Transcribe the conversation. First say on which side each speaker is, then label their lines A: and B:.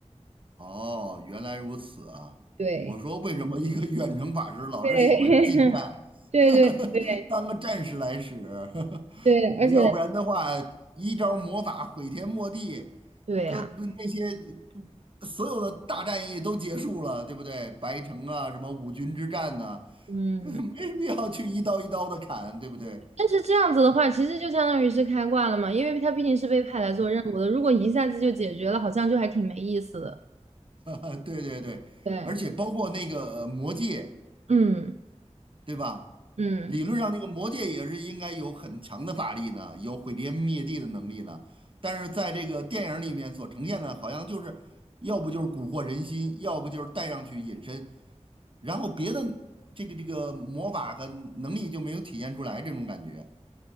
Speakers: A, on the right (about 45°); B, on the right (about 65°).
A: 哦，原来如此啊！
B: 对，
A: 我说为什么一个远程法师老是喜欢近战，
B: 对，<laughs> 对对对
A: <laughs> 当个战士来使，<laughs>
B: 对，而且
A: 要不然的话，一招魔法毁天没地，
B: 对呀，
A: 各不那些所有的大战役都结束了，对不对？白城啊，什么五军之战呐、
B: 嗯，
A: <laughs> 没必要去一刀一刀的砍，对不对？
B: 但是这样子的话，其实就相当于是开挂了嘛，因为他毕竟是被派来做任务的，
A: 嗯。
B: 如果一下子就解决了，好像就还挺没意思的。
A: <laughs> 对对对，
B: 对，
A: 而且包括那个呃魔戒，
B: 嗯
A: 对吧？
B: 嗯。
A: 理论上那个魔戒也是应该有很强的法力呢，有毁天灭地的能力呢。但是在这个电影里面所呈现的，好像就是要不就是蛊惑人心，要不就是带上去隐身，然后别的这个这个魔法和能力就没有体现出来这种感觉。